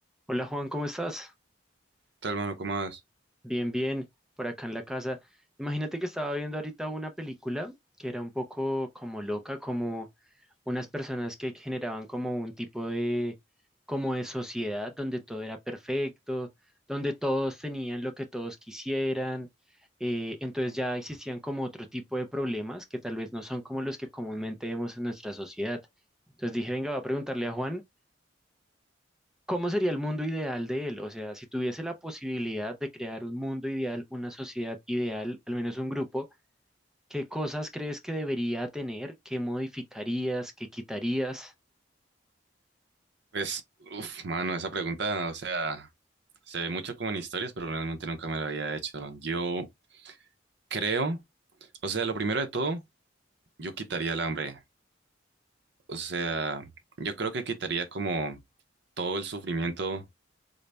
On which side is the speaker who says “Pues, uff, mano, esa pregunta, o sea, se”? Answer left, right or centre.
Right